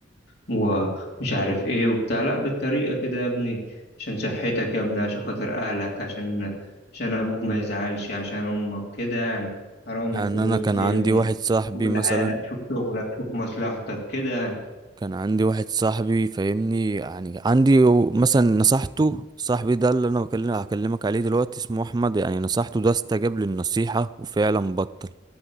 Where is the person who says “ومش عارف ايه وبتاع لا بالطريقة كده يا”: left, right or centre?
Left